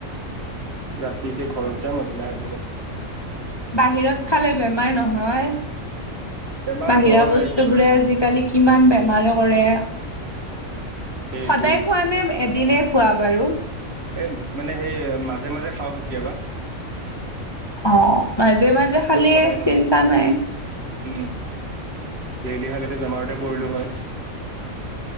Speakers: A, on the right (about 50°); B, on the left (about 20°).
A: ৰাতিকে ঘৰত যাম আৰু লাহে ধীৰে
B: বাহিৰত খালে বেমাৰ নহয়?
A: বেমাৰ
B: বাহিৰা
A: হয়
B: বস্তুবোৰে আজিকালি কিমান বেমাৰে কৰে
A: এইটো
B: সদায় খোৱা নে এদিনে খোৱা বাৰু
A: এ, মানে সেই, মাজে মাজে খাওঁ কেতিয়াবা
B: অ', মাজে মাজে
A: মানে
B: খালে
A: সদায় নহয়
B: চিন্তা নাই।
A: উম, ডেইলি খালেটো বেমাৰতে পৰিলো হয়।